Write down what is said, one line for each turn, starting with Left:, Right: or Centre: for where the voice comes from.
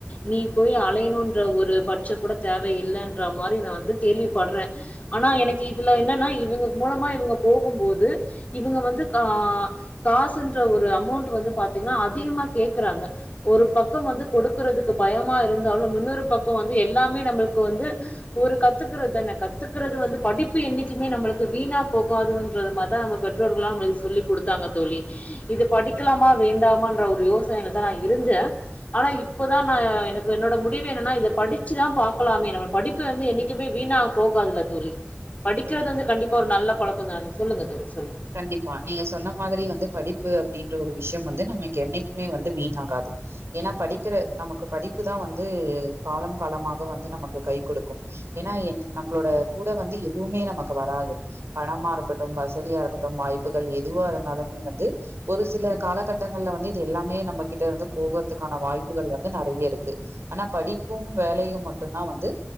Left: நீ போய் அலையனுன்ற ஒரு பட்ச கூட தேவையில்லன்ற மாரி நா வந்து கேள்விப்பட்றே ஆனா எனக்கு இதுல என்னன்னா இவுங்க மூலமா இவுங்க போகும்போது இவுங்க வந்து கா காசுன்ற ஒரு அமௌண்ட்டு வந்து பாத்தீங்கனா அதிகமா கேக்குறாங்க ஒரு பக்கம் வந்து கொடுக்குறதுக்கு பயமா இருந்தாலு இன்னொரு பக்கொ வந்து எல்லாமே நம்ளுக்கு வந்து ஒரு கத்துக்கறது தானே கத்துக்கிறது வந்து படிப்பு என்னிக்குமே நம்ளுக்கு வீணா போ காதுன்றத மாரிதா நம்ம பெற்றோர்கள்லா நம்ளுக்கு சொல்லி குடுத்தாங்க தோழி இது படிக்கலாமா வேண்டாமன்ற ஒரு யோசனைலதா நா இருந்தே ஆனா இப்பதா நா எனக்கு என்னோட முடிவு என்னன்னா இத படிச்சுதா பாக்லாமே நம்ம படி ப்பு வந்து என்னக்குமே வீணா போகாதுல்ல தோழி படிக்கிறது வந்து கண்டிப்பா ஒரு நல்ல பழக்கந்தான சொல்லுங்க தோழி சொல்லுங்க
Right: கண்டிப்பா நீங்க சொன்ன மாதிரி வந்து படிப்பு அப்டின்ற ஒரு விஷயொ வந்து நமக்கு என்னைக்மே வந்து வீணாகாது ஏனா படிக்கிற நமக்கு படிப்புதா வந்து காலம் காலமாக வந்து நமக்கு கை குடுக்கு ஏனா என் நம்மளோட கூட வந்து எதுவுமே நமக்கு வராது பணமா இருக்கட்டு வசதியா இருக்கட் டு வாய்ப்புகள் எதுவா இருந்தாலுமே வந்து ஒரு சில காலகட்டங்கள்ல வந்து இது எல்லாமே நம்மகிட்டருந்து போகறதுக்கான வாய்ப்புகள் வந்து நெறைய இருக்கு ஆனா படிப்பு வேலயு மட்டுந்தா வந்து